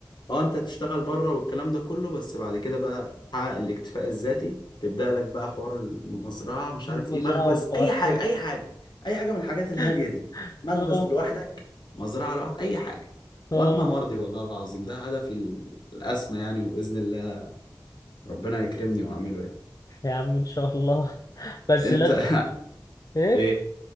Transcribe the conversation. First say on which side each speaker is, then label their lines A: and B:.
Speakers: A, on the left; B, on the left.
A: اه انت هتشتغل بره والكلام ده كله بس بعد كده بقى تحقق الاكتفاء الذاتي تبدأ لك بقى حوار المزرعة مش
B: المزرعة
A: عارف ايه مخبز
B: والبطيخ
A: اي حاجة اي حاجة اي حاجة من الحاجات الهادية
B: <laughs>
A: دي مخبز
B: اه
A: لوحدك مزرعة لوحدك اي حاجة
B: اه
A: وانا مرضي والله العظيم ده هدفي ال- الاسمى يعني وبإذن الله ربنا يكرمني واعمله يعني
B: يا عم ان شاء الله <laughs> بس
A: انت
B: لازم
A: <laughs>
B: ايه
A: ايه